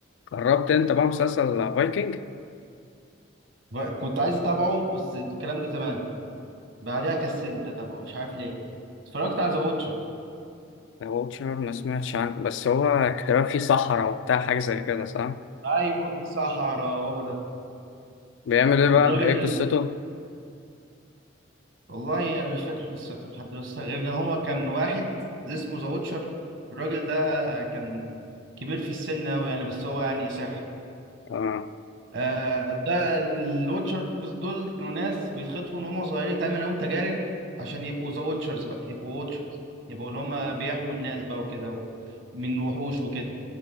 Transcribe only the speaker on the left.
جربت انت بقى مسلسل فايكنج؟
ذا ووتشر ما سمعتش عنه بس هو كان فيه صحراء وبتاع حاجة زي كده صح؟
بيعمل ايه بقى؟
ايه قصته؟
اه